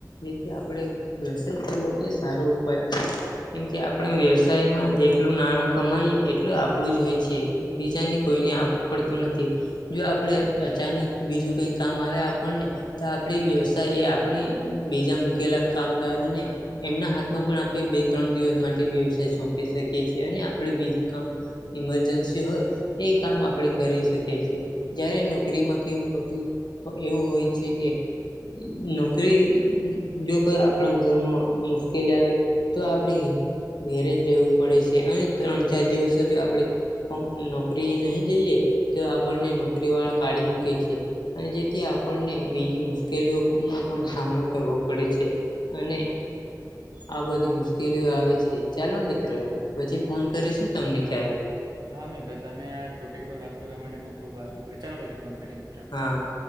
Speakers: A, on the left; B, on the right.
A: જેથી આપણે વ્યવસાય કરવો એ સારો ઉપાય છે કેમ કે આપણે વ્યવસાયમાં, જેટલું નાણું કમાય એટલું આપણું જ હોય છે બીજાને કોઈને આપવું પડતું નથી. જો આપડે અચાનક બીજું કઈ કામ આવે આપણને, તો આપણે વ્યવસાય એ આપણે બીજા મૂકેલા કામદારોને, એમના હાથમાં પણ આપે બે ત્રણ દિવસ માટે વ્યવસાય સોંપી શ કીએ છે અને આપણે બીજું કામ ઇમરજન્સી હોય એ કામ આપણે કરી શકીએ છીએ. જયારે નોકરીમાં કેવું હોતું એવું હોય છે કે, નોકરી જો કોઈ આપણા ઘરમાં મુશ્કેલી આવે, તો આપડે ઘેરે જ રહેવું, પડે છે અને ત્રણ ચાર દિવસ જો આપણેે નોકરી એ નહી જઈએ, તો આપણને નોકરી વાળા કાઢી મૂકે છે. અને જેથી આપણને બીજી મુશ્કેલીઓનો પણ સામનો કરવો પડે છે. અને આ બધી મુશ્કેલીઓ આવે છે ચાલો મિત્ર પછી ફોન કરીશું તમને ક્યારેક,
B: હા મિત્ર તમે આ ટોપિક પર વાત કરવા માટે ખુબ ખુબ આભાર મિત્રો ચાલો પછી ફોન કરીએ મિત્ર,
A: હા,